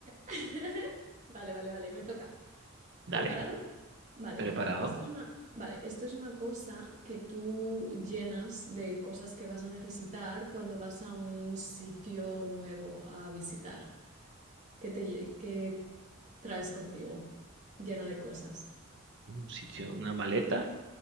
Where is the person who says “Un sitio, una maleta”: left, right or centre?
Right